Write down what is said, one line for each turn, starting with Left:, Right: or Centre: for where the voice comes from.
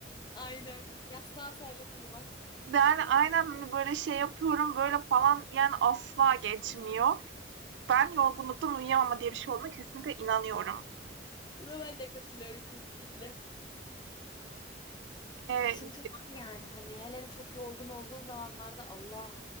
Left: aynen yastığa sarılıp uyumak.
Right: yani aynen hani böyle şey yapıyorum böyle falan yani asla geçmiyor. Ben yorgunluktan uyuyamama diye bir şey olduğuna kesinlikle inanıyorum.
Left: Buna ben de katılıyorum kesinlikle.
Right: Eee,
Left: Çünkü var yani hani hele de çok yorgun olduğun zamanlarda Allah